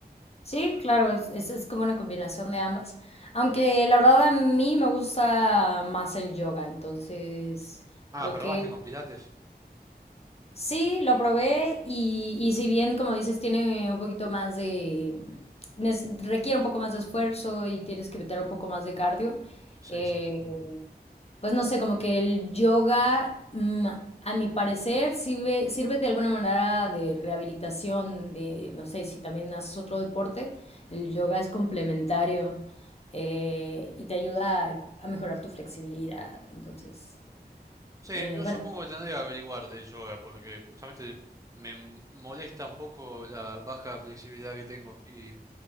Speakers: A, on the left (about 40°); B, on the right (about 20°).
A: Sí, claro, es, es- es como una combinación de ambas. Aunque la verdad a mí me gusta más el yoga, entonces
B: Ah,
A: creo
B: ¿probaste
A: que
B: con pilates?
A: sí, lo probé y, y si bien, como dices, tiene un poquito más de... nes- requiere un poco más de esfuerzo y tienes que meter un poco más de cardio,
B: Sí,
A: eh,
B: sí.
A: pues no sé, como que el yoga, mm, a mi parecer, sirve, sirve de alguna manera de rehabilitación, de, no sé, si también haces otro deporte, el yoga es complementario eh, y te ayuda a, a mejorar tu flexibilidad. Entonces,
B: Sí,
A: eh,
B: yo
A: bueno.
B: supongo que tendría que averiguar de yoga porque justamente me m- molesta un poco la baja flexibilidad que tengo y